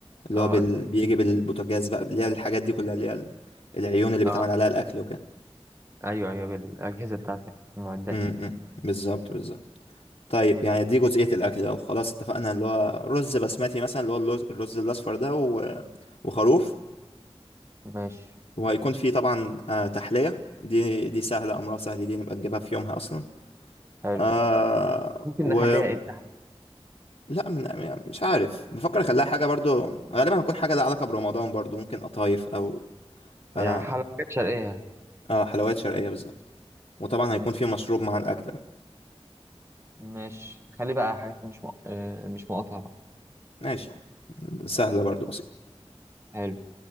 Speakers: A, on the left; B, on the right.
A: اللي
B: اه
A: هو بال...
B: اكيد
A: بيجي بالبوتاجاز بقى اللي هي الحاجات دي كلها اللي هي ال- العيون اللي
B: اه
A: بيتعمل عليها الاكل وكده
B: ايوه ايوه بالاجهزه بتاعتك المعدات
A: امم بالظبط بالظبط طيب يعني دي جزئية الأكل لو خلاص اتفقنا اللي هو رز بسمتي مثلا اللي هو اللز- الرز الأصفر ده و... وخروف
B: ماشي
A: وهيكون فيه طبعا آه تحلية دي دي سهلة أمرها سهل دي نبقى نجيبها في يومها أصلا
B: حلو
A: آه
B: ممكن
A: و
B: نخليها ايه تحت
A: لا من يعني مش عارف بفكر أخليها حاجة برضو غالبا هتكون حاجة لها علاقة برمضان برضو ممكن قطايف أو آه,
B: يعني حاجه حاجات شرقيه
A: آه حلويات شرقية بالظبط وطبعا هيكون فيه مشروب مع الأكل
B: ماشي خلي بقى حاجات مش مق... آه، مش مقاطعة بقى
A: ماشي سهلة برضو بسيطة
B: حلو